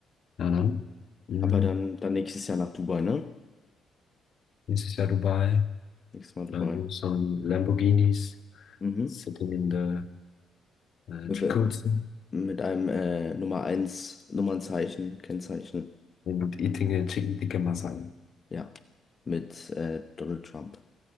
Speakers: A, on the left; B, on the left.
A: Ja, dann. Mhm.
B: aber dann, dann nächstes Jahr nach Dubai, ne?
A: Nächstes Jahr Dubai.
B: Nächstes Mal Dubai.
A: Driving some Lamborghinis.
B: Mhm.
A: Sitting in the uh,
B: Mit,
A: jacuzzi.
B: äh, mit einem äh, Nummer eins Nummernzeichen, Kennzeichen.
A: And eating a chicken tikka masala.
B: Ja, mit äh, Donald Trump.